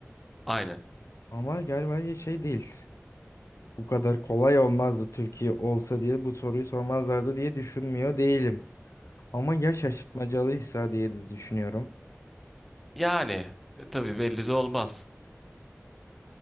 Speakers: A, in the centre; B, on the left.
A: Aynen.
B: ama galiba ya şey değil. Bu kadar kolay olmazdı Türkiye olsa diye bu soruyu sormazlardı diye düşünmüyor değilim. Ama ya şaşırtmacalıysa diye de düşünüyorum.
A: Yani e, tabii belli de olmaz.